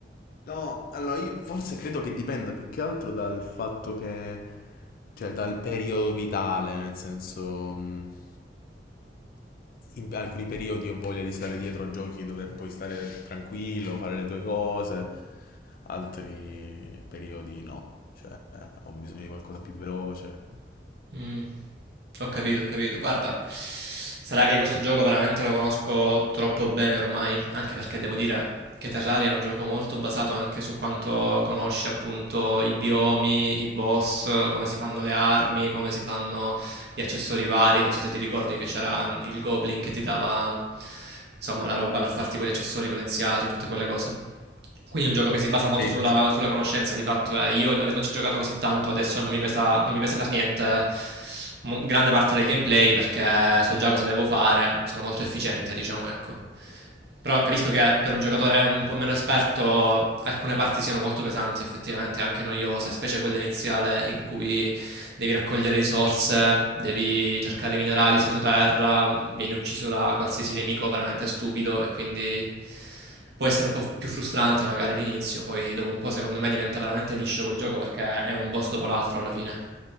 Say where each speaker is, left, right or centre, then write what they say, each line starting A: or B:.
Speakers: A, on the left; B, on the right.
A: No, allora io forse credo che dipenda più che altro dal fatto che, cioè dal periodo vitale, nel senso, mh, in alcuni periodi ho voglia di stare dietro a giochi dove puoi stare tranquillo, fare le tue cose, altri periodi no, cioè ho bisogno di qualcosa più veloce.
B: Mm. Ho capito, ho capito. Guarda, sarà che questo gioco veramente lo conosco troppo bene ormai, anche perché devo dire che Terraria è un gioco molto basato anche su quanto conosci appunto i biomi, i boss, come si fanno le armi, come si fanno gli accessori vari. Non so se ti ricordi che c'era mm, il Goblin che ti dava insomma la roba per farti poi gli accessori potenziati e tutte quelle cose. Quindi è un gioco che si basa molto
A: Sì,
B: sulla,
A: sì, sì.
B: sulla conoscenza, di fatto. eh. io, avendoci giocato così tanto, adesso non mi pesa, non mi pesa per niente eh, mo- grande parte del gameplay perché so già cosa devo fare, sono molto efficiente, diciamo, ecco. Però capisco che per un giocatore un po' meno esperto alcune parti siano molto pesanti, effettivamente, anche noiose, specie quella iniziale in cui devi raccogliere risorse, devi cercare minerali sottoterra, vieni ucciso da qualsiasi nemico veramente stupido e quindi può essere un po' più frustrante magari all'inizio, poi dopo un po' secondo me diventa veramente liscio quel gioco perché è un boss dopo l'altro alla fine,